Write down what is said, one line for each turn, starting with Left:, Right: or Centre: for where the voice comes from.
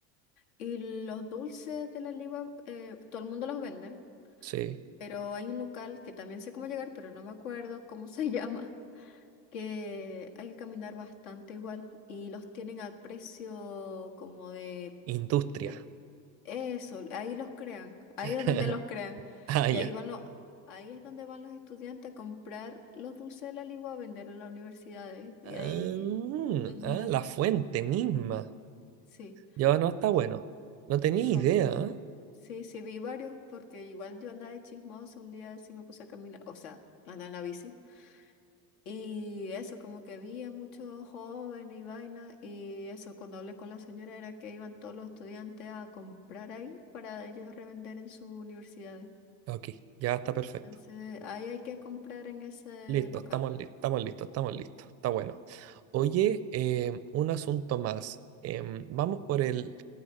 Left: Y los dulces de la ligua, eh, todo el mundo los vende,
Right: Sí.
Left: pero hay un local que también sé cómo llegar, pero no me acuerdo cómo se <laughs> llama, que hay que caminar bastante igual y los tienen a precio como de
Right: Industria.
Left: De eso, ahí los crean, ahí
Right: <laughs>
Left: es donde los crean.
Right: Ah,
Left: Y
Right: ya.
Left: ahí van los, ahí es donde van los estudiantes a comprar los dulces de la Ligua a vender en las universidades. Y
Right: Ah,
Left: ahí, ujú,
Right: ah, la fuente misma.
Left: sí,
Right: Ya no está
Left: y
Right: bueno. No tenía
Left: son,
Right: idea.
Left: sí, sí, vi varios, porque igual yo andaba de chismoso un día, sí me puse a caminar, o sea, andaba en la bici. Y eso, como que vi a muchos jóvenes y vainas, y eso, cuando hablé con la señora era que iban todos los estudiantes a comprar ahí para ellos revender en sus universidades.
Right: ¿eh? Ok, ya está perfecto.
Left: Entonces, ahí hay que comprar en ese
Right: Listo,
Left: local.
Right: estamos listos, estamos listos, estamos listos. Está bueno. Oye, em, un asunto más. Em, vamos por el,